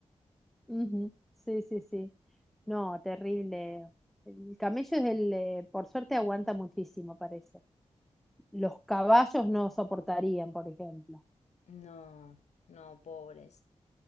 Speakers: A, in the centre; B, on the left (about 80°).
A: ujú, sí, sí, sí. No, terrible. El camello es el, eh, por suerte aguanta muchísimo, parece. los caballos no soportarían, por ejemplo.
B: No, no, pobres.